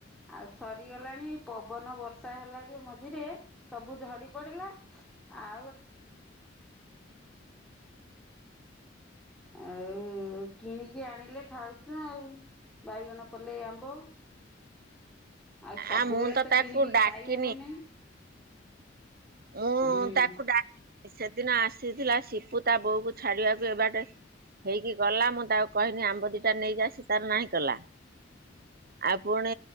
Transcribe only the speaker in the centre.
ଆଉ ସରିଗଲାଣି ପବନ ବର୍ଷା ହେଲା ଯୋଉ ମଝିରେ ସବୁ ଝଡି ପଡିଲା। ଆ। ଆଉ କିଣିକି ଆଣିଲେ ଖାଉଛୁ ଆଉ। ବାଇଗଣ ପଲେଇ ଆମ୍ବ। ଆଉ ସବୁବେଳେ
କିଣିକି
ଖାଇ ହବନି
ହୁଁ।